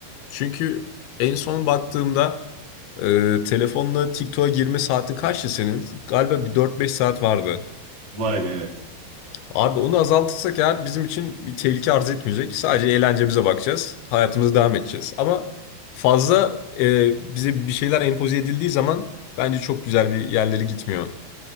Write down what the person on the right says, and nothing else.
Var aga evet.